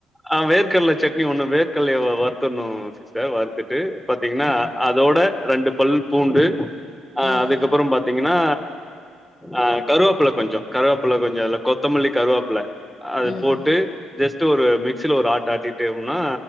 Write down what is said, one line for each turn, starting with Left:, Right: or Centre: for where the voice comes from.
Centre: ஆ வேர்க்கட்ல சட்னி ஒன்னு வேர்க் கட்லைய வருத்துற்ணு சிஸ்டர் வருத்துட்டு பாத்தீங்னா
Left: அ
Centre: அதோட ரெண்டு பல் பூண்டு ஆ
Left: ம்.
Centre: அதுக்கப்பற பாத்தீங்கனா அ கருவோப்பில கொஞ்ச கருவப்பில்ல கொஞ்ச அதுல கொத்தமல்லி கருவப்பில்ல அது
Left: ம்.
Centre: போட்டு ஜஸ்ட்டு ஒரு மிக்சில ஒரு ஆட் ஆட்டிட்டேம்னா